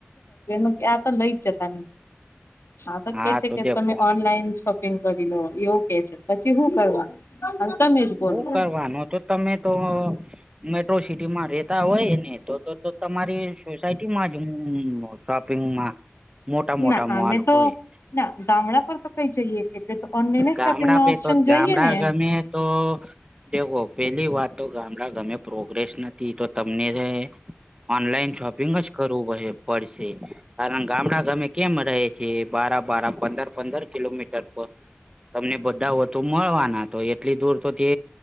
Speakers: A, on the left (about 70°); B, on the right (about 20°).
A: <unintelligible> આ તો લઈ જ જતા નહી આ તો
B: હા
A: કે છે કે
B: દેખો
A: તમે ઓનલાઈન શોપ પિંગ કરી લો એવું કે છે પછી શું કરવાનું? તમે જ બોલો
B: હું કરવાનું તો તમે તો મેટ્રો સિટીમાં રે તા હોયને તો તો તમારી સોસાયટીમાં જ હું સોપિંગમાં મોટા મોટા
A: ના
B: માલક
A: અમે તો
B: હોય.
A: ના ગામડા પર તો કઈ જઈએ એટલે તો ઓનલાઈન
B: ગામડા
A: શોપિંગ ના
B: પે
A: ઓપ્શન
B: તો
A: જોઈએ
B: ગામડા
A: ને.
B: ગમે તો પેલી વાત તો ગામડા ગમે પ્રોગ્રેસ નથી તો તમને ઓનલાઈન શોપિંગ જ કરવું પડ પડશે. કારણ ગામડા ગામે કેમ રહે કે બારા બારા પંદર પંદર કિલોમીટર પર. તમને બધા વધુ મળવાના તો એટલી દૂર તો તે